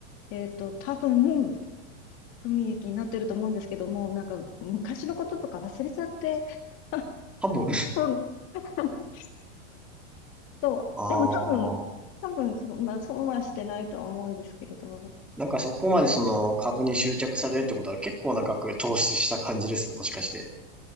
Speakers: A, on the left; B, in the centre.
A: えっと、多分、海益になってると思うんですけども、なんか昔のこととか忘れちゃって、<laughs>
B: 多分。
A: そう <laughs> そう。
B: ああ。
A: でも多分、多分そんな、損はしてないとは思うんですけれど。
B: なんかそこまでその株に執着されるってことは結構な額投資した感じです。もしかして。